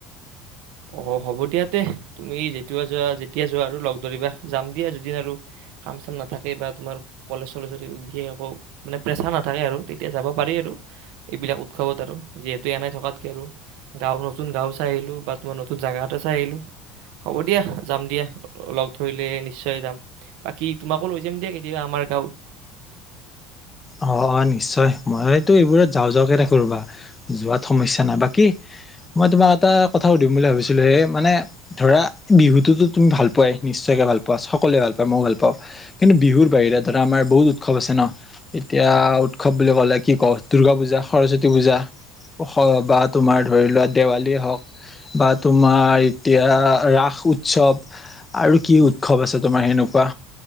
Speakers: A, on the right (about 75°); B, on the left (about 20°).
A: অ', হ'ব দিয়া তে তুমি যেতিয়া যোৱা যেতিয়া যোৱা আৰু লগ ধৰিবা যাম দিয়া যদিন আৰু- কাম চাম নাথাকে বা তোমাৰ কলেজ চলেজ যদি বিশেষ একো মানে প্ৰেছাৰ নাথাকে আৰু তেতিয়া যাব পাৰি আৰু। এইবিলাক উৎসৱত আৰু যিহেতু এনাই থকাতকে আৰু গাঁও নতুন গাঁও চাই আহিলো বা তোমাৰ নতুন জাগা এটা চাই আহিলোঁ হ'ব দিয়া যাম দিয়া লগ ধৰিলে নিশ্চয় যাম। বাকী তোমাকো লৈ যাম দিয়া কেতিয়াবা আমাৰ গাঁৱত।
B: অ', অ', নিশ্চয় মইতো এইবোৰত যাওঁ যাওঁকে ৰাখো ৰবা যোৱাত সমস্যা নাই বাকী মই তোমাক এটা কথা সুধিম বুলি ভাবিছিলো হে মানে ধৰা বিহুতোতো তুমি ভাল পোৱাই নিশ্চয়কে ভাল পোৱা সকলোৱে ভাল পায় ময়ো ভাল পাওঁ। কিন্তু বিহুৰ বাহিৰে ধৰা আমাৰ বহুত উৎসৱ আছে ন'। এতিয়া উৎসৱ বুলি ক'লে কি কও দুৰ্গা পূজা, সৰস্বতী পূজা বা তোমাৰ ধৰি লোৱা দেৱালীয়ে হওক। বা তোমাৰ এতিয়া ৰাস উৎসৱ আৰু কি উৎসৱ আছে তোমাৰ সেনেকুৱা?